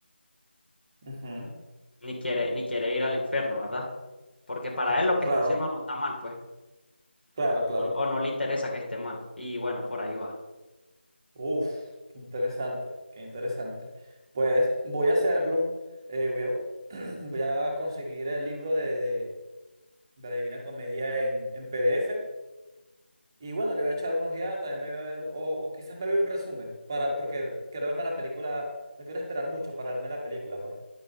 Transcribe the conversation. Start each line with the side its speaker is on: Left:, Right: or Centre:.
Right: ujú.
Left: ni quiere, ni quiere ir al infierno, ¿verdad? Porque para
Right: Ah,
Left: él lo que
Right: Claro,
Left: está haciendo no está mal, pues,
Right: claro, claro.
Left: o o no le interesa que esté mal. Y bueno, por ahí va.
Right: Uf, qué interesante, qué interesante. Pues voy a hacerlo. eh, voy a, <clears throat> voy a conseguir el libro de, de, de la Divina Comedia en, en PDF. Y bueno, le voy a echar unos ojeada, también me voy a ver, o, o quizás me veo un resumen, para, porque quiero verme la película, no quiero esperar mucho para verme la película, pues.